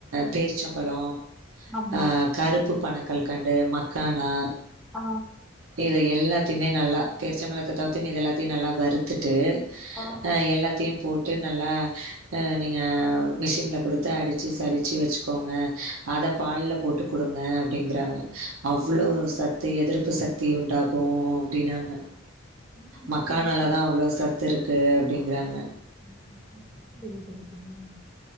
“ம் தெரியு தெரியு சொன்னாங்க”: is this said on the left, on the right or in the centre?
Centre